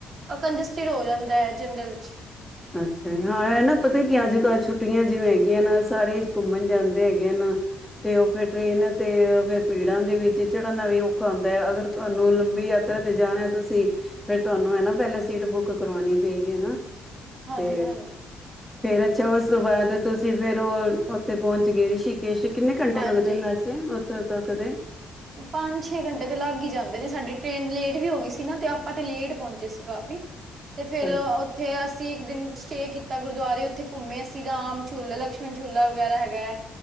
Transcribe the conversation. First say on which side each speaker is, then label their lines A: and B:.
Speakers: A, on the right; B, in the centre.
A: ਆ ਜੱਸਟਿਡ ਹੋ ਜਾਂਦਾ ਹੈ ਜਨਰਲ ਚ,
B: ਅੱਛਾ ਹਾਂ ਇਹ ਨਾ ਪਤਾ ਕੀ ਅੱਜ ਕੱਲ੍ਹ ਛੁੱਟੀਆਂ ਜਿਵੇਂ ਹੈਗੀਆਂ ਨਾ ਸਾਰੇ ਘੁੰਮਣ ਜਾਂਦੇ ਹੈਗੇ ਹਨ। ਤੇ ਉਹ ਫਿਰ ਟਰੇਨ ਤੇ ਫਿਰ ਭੀੜਾਂ ਦੇ ਵਿੱਚ ਚੜਨਨਾ ਵੀ ਔਖਾ ਹੁੰਦਾ ਹੈ ਅਗਰ ਤੁਹਾਨੂੰ ਲੰਬੀ ਯਾਤਰਾ ਤੇ ਜਾਣਾ ਤੁਸੀਂ ਫਿਰ ਤੁਹਾਨੂੰ ਹੈ ਨਾ ਪਹਿਲੇ ਸੀਟ ਬੁੱਕ ਕਰਵਾਉਣੀ ਪਏਗੀ ਨਾ
A: ਹਾਂਜੀ
B: ਤੇ
A: ਹਾਂਜੀ
B: ਫੇਰ ਅੱਛਾ ਉਸ ਤੋਂ ਬਾਅਦ ਤੁਸੀਂ ਫੇਰ ਉਹ ਉੱਥੇ ਪਹੁੰਚ ਗਏ ਰਿਸ਼ੀਕੇਸ਼ ਕਿੰਨੇ ਘੰਟੇ
A: ਹਾਂਜੀ
B: ਲੱਗਦੇ ਨੇ ਵੈਸੇ ਉੱਥੋਂ ਤੱਕ ਦੇ?
A: ਪੰਜ ਛੇ ਘੰਟੇ ਤੇ ਲੱਗ ਹੀ ਜਾਂਦੇ ਨੇ ਸਾਡੀ ਟ੍ਰੇਨ ਲੇਟ ਵੀ ਹੋ ਗਈ ਸੀ, ਨਾ ਤੇ ਆਪਾਂ ਤੇ ਲੇਟ ਪਹੁੰਚੇ ਸੀ। ਘਰ। ਤੇ ਫੇਰ
B: ਅੱਛਾ
A: ਉੱਥੇ ਅਸ ਅਸੀਂ ਇੱਕ ਦਿਨ ਸਟੇ ਕੀਤਾ, ਗੁਰਦੁਆਰੇ ਉੱਥੇ ਘੁੰਮੇ ਅਸੀਂ ਰਾਮ ਝੂਲਾ, ਲਕਸ਼ਮਣ ਝੂਲਾ ਵਗੈਰਾ ਹੈਗਾ ਹੈ।